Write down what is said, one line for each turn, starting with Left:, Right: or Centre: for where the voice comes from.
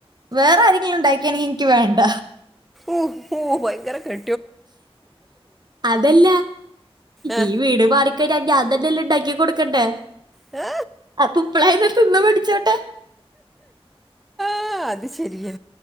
Right: വേറെ ആരെങ്കിലും ഇണ്ടാക്കിയാണെ ക്ക് വേണ്ട
Centre: ഓഹ് ഓഹ് ഭയങ്കര ക്രെ
Right: അതല്ല
Centre: ആ
Right: ഈ വീട് മാറി ക്കഴിഞ്ഞ ഞാൻതന്നെല്ലെ ഇണ്ടാക്കി കൊടുക്കണ്ടേ
Centre: ഏ
Right: അപ്പ ഇപ്പളായാലും തിന്നു പഠിച്ചോട്ടെ
Centre: ആഹ് അത് ശരിയാ